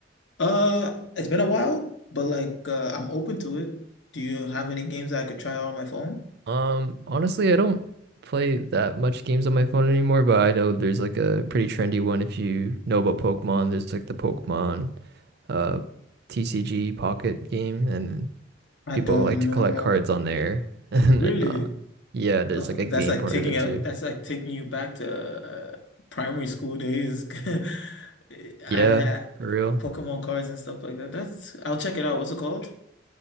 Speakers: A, on the left (about 70°); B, on the right (about 60°).
A: Uh, it's been a while, but like uh, I'm open to it. Do you have any games that I could try out on my phone?
B: Um, honestly, I don't play that much games on my phone anymore, but I know there's like a pretty trendy one if you know about Pokemon. There's like the Pokemon uh TCG Pocket game, and
A: I
B: people
A: don't
B: like to
A: know.
B: collect cards on there. <laughs> And
A: Really?
B: then uh yeah, there's
A: Uh,
B: like a game
A: that's like
B: part
A: taking
B: of it
A: out.
B: too.
A: that's like taking you back to uh, primary school days. <laughs> I
B: Yeah, for real.
A: Pokemon cards and stuff like that. That's I'll check it out. What's it called?